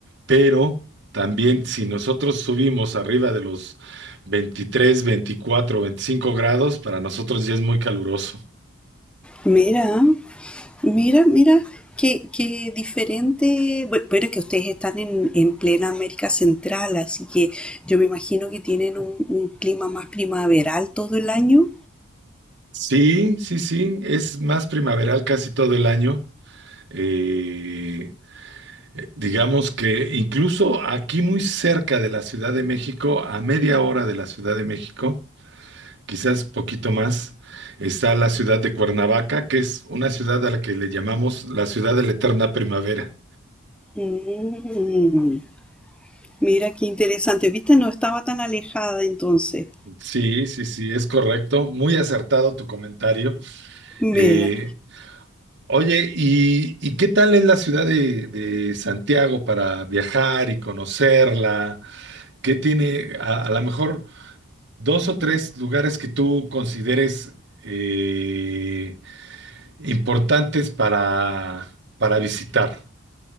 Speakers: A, on the right (about 55°); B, in the centre.
A: Pero también si nosotros subimos arriba de los 23, 24, 25 grados, para nosotros ya es muy caluroso.
B: Mira, mira, mira, qué, qué diferente. Bueno, pero es que ustedes están en, en plena América Central, así que yo me imagino que tienen un, un clima más primaveral todo el año.
A: Sí, sí, sí, es más primaveral casi todo el año. Eh, Eh, Digamos que incluso aquí muy cerca de la Ciudad de México, a media hora de la Ciudad de México, quizás poquito más, está la ciudad de Cuernavaca, que es una ciudad a la que le llamamos la ciudad de la eterna primavera.
B: Mm, mira qué interesante. Viste, no estaba tan alejada entonces.
A: Sí, sí, sí, es correcto. Muy acertado tu comentario.
B: Mira.
A: Eh, oye, ¿y, y qué tal es la ciudad de, de Santiago para viajar y conocerla? ¿Qué tiene, a, a lo mejor... dos o tres lugares que tú consideres eh, importantes para, para visitar.